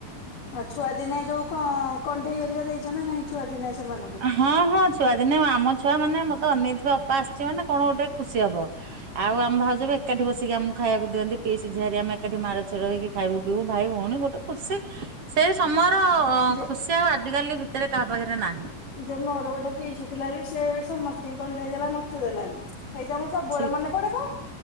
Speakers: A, on the left; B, on the right.
A: ଆଉ ଛୁଆ ଦିନେ ଯୋଉ କ କଣ୍ଢେଇ ହରିକା ଦେଇଛ ନା ନାଇଁ ଛୁଆ ଦିନେ ସେମାନଙ୍କୁ
B: ହଁ ହଁ ଛୁଆଦିନେ ଆମ ଛୁଆ ମାନେ ମତେ ଅନେଇଥିବେ ଅପା ଆସିଛି ମାନେ କଣ ଗୋଟେ ଖୁସି ହବ ଆଉ ଆମ ଭାଉଜ ବି ଏକାଠି ବସିକି ଆମକୁ ଖାଇବାକୁଦିଅନ୍ତି ପିଇସି ଝିଆରି ଆମେ ଏକାଠି ମାଡ଼ ଛଡକି ଖାଇବୁ ପିଇବୁ ଭାଇ ଭଉଣୀ ଗୋଟେ ଖୁସି ସେଇ ସମୟର ହ
A: ଯେ
B: ଖୁସି ଆଉ ଆଜିିକାଲି ଭିତରେ କାହା ପାଖରେ ନାହିଁ
A: ଯେ ମୋର ଗୋଟେ ପିଇସୀ ଥିଲା ଯେ ସେ ସମସ୍ତି ଙ୍କୁ କଣ୍ଢେଇ ଦେଲା ମତେ ଦେଲାନି। ହେଇତା ମୋର ସବୁବେଳେ
B: ଠିକ୍।
A: ମନେ ପଡେବା।